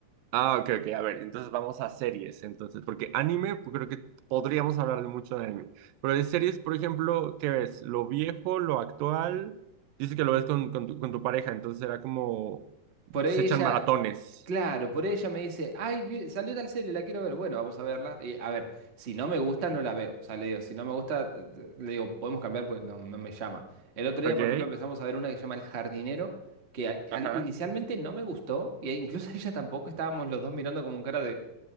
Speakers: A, on the right (about 85°); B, on the right (about 35°).
A: Ah, ok, ok. A ver, entonces vamos a series, entonces, porque anime, pues, creo que podríamos hablar de mucho de anime. Pero de series, por ejemplo, ¿qué ves? ¿Lo viejo, lo actual? Dice que lo ves con, con tu, con tu pareja, entonces era como,
B: Por ahí
A: se echan
B: ella,
A: maratones,
B: claro, por ahí ella me dice, ay, vi- salió tal serie, la quiero ver. Bueno, vamos a verla. Y, a ver, si no me gusta, no la veo. O sea, le digo, si no me gusta, t- t- le digo, podemos cambiar porque no, no me llama. El otro día,
A: ¿ok?
B: por ejemplo, empezamos a ver una que se llama El Jardinero, que a- al-
A: Ajá.
B: inicialmente no me gustó, y e incluso <laughs> ella tampoco, estábamos los dos mirando como un cara de,